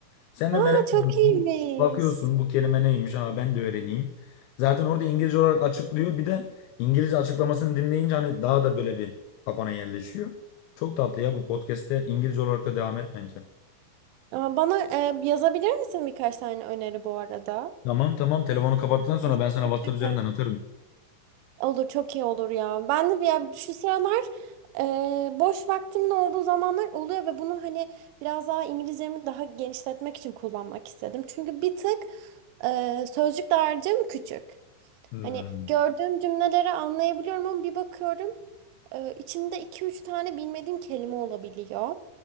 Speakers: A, on the left (about 85°); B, on the right (about 85°).
A: Sen de
B: aa,
A: merak
B: çok
A: ediyorsun.
B: iyiymiş.
A: Bakıyorsun bu kelime neymiş? Aa ben de öğreneyim. Zaten orada İngilizce olarak açıklıyor. Bir de İngilizce açıklamasını dinleyince hani daha da böyle bir kafana yerleşiyor. Çok tatlı ya bu podcast'te İngilizce olarak da devam et bence.
B: Aa, bana e, yazabilir misin birkaç tane öneri bu arada?
A: Tamam tamam telefonu kapattıktan sonra
B: Teşekkür
A: ben sana WhatsApp
B: ederim.
A: üzerinden atarım.
B: Olur çok iyi olur ya. Ben de bir ya şu sıralar e, boş vaktimin olduğu zamanlar oluyor ve bunu hani biraz daha İngilizcemi daha genişletmek için kullanmak istedim. Çünkü bir tık e, sözcük dağarcığım küçük.
A: Hmm.
B: Hani gördüğüm cümleleri anlayabiliyorum ama bir bakıyorum e, içinde iki üç tane bilmediğim kelime olabiliyor.